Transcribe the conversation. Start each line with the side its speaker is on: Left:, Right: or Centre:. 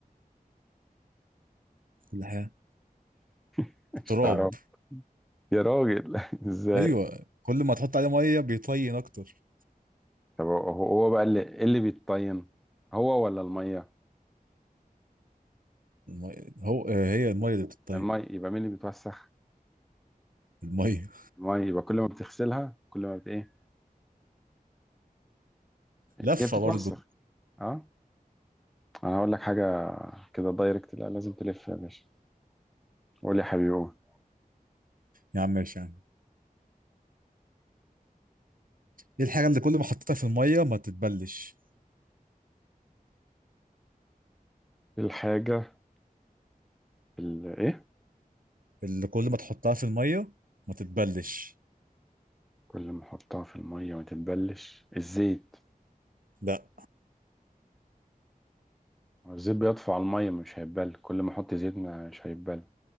Right: كل حاجة
Centre: <laughs>
Right: التراب
Centre: مش تعرف يا راجل <laughs> ازاي
Right: ايوه كل ما تحط عليه مية بيطين اكتر
Centre: طب هو هو بقى اللي إيه اللي بيتطين هو ولا المية
Right: المية هو آه، هي المية اللي بتطير
Centre: المية يبقى مين اللي بيتوسخ
Right: المية
Centre: المية يبقى كل ما بتغسلها كل ما بت ايه
Right: <laughs> لفة
Centre: هي بتتوسخ
Right: برضه
Centre: اه انا هقول لك حاجة كده دايركت لا لازم تلف يا باشا قول يا حبيبي قول
Right: يا عم ماشي يا عم ايه الحاجة اللي كل ما حطيتها في المية ما تتبلش
Centre: إيه الحاجة اللي ايه
Right: اللي كل ما تحطها في المية ما تتبلش
Centre: كل ما احطها في المية ما تتبلش الزيت
Right: لا
Centre: هو الزيت بيطفو على المية مش هيتبل كل ما احط زيت مش هيتبل